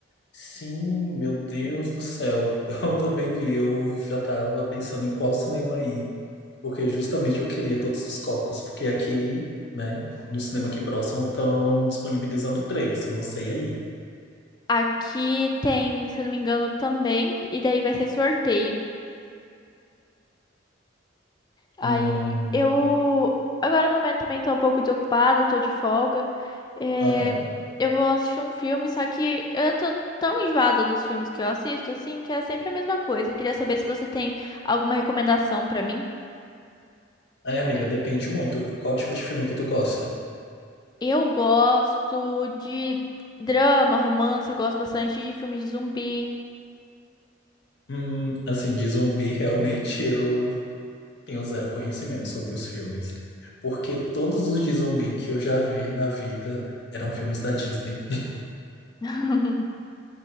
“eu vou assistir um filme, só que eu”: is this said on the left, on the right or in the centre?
Left